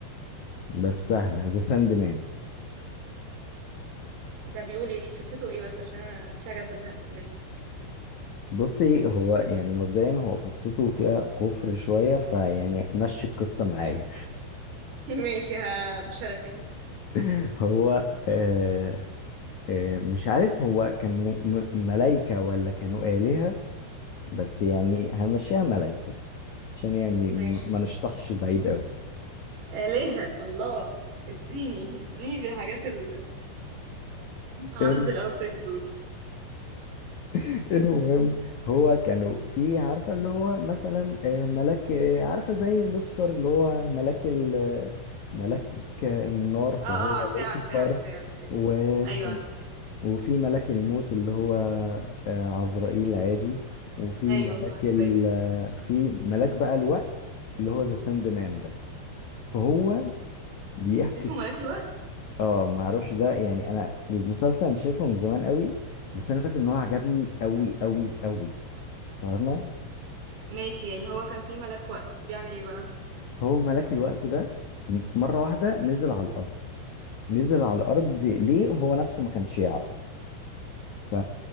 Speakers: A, on the left; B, on the right.
A: بس سهله ذا ساند مان
B: ده بيقول ايه قصته ايه بس عشان انا في حاجات بزهق منها
A: بصي هو يعني مبدئيا هو قصته فيها كفر شويه فيعني مشي القصه معايا
B: <laughs> ماشي ها مش هركز
A: <laughs> هو آه آه مش عارف هو كانوا م- ملايكه ولا كانوا آلهة بس يعني هنمشيها ملايكه عشان يعني
B: ماشي
A: م- ما نشطحش بعيد
B: آلهة الله اديني اديني بالحاجات ال... عبدة
A: قوي
B: الأوثان دول
A: <laughs> المهم هو كانوا في عارفة اللي هو مثلا آه، ملاك آه، عارفة زي لوسيفر اللي هو ملاك ال آه، ملاك النار فهو
B: اه اه عارفاه
A: لوسيفر
B: عارفاه عارفاه عارفاه
A: وكان
B: ايوه عارفاه
A: وفي ملاك الموت اللي هو آه، عزرائيل عادي وفي
B: ايوه
A: ملاك
B: عارفاه
A: ال آه، في ملاك بقى الوقت اللي هو ذا ساند مان ده فهو بيحكي
B: اسمه ملاك الوقت
A: اه ما اعرفش ده يعني انا المسلسل انا شايفه من زمان قوي بس انا فاكر ان هو عجبني قوي قوي قوي فاهمة؟
B: ماشي يعني هو كان في ملاك وقت بيعمل ايه بقى
A: هو ملاك الوقت ده م- مرة واحدة نزل على الأرض نزل على الأرض ليه هو نفسه ما كانش يعرف ف